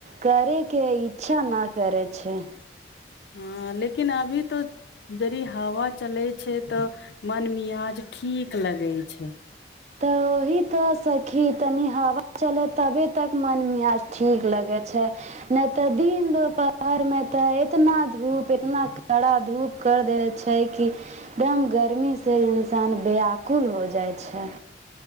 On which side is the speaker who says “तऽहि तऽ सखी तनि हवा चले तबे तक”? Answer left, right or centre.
Right